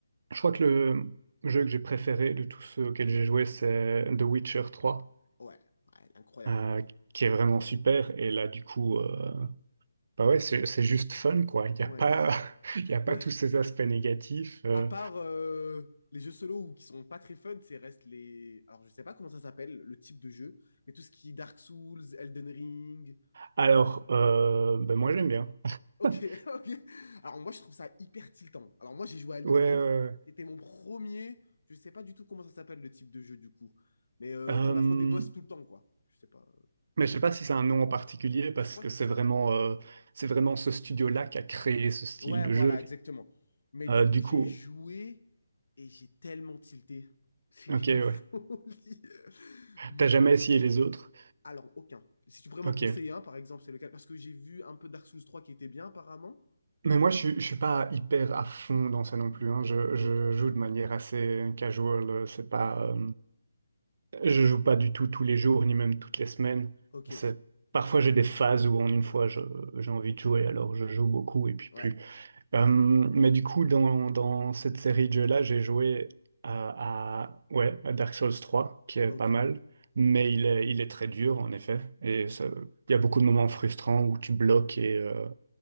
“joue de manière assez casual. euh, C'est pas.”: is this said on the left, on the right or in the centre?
Right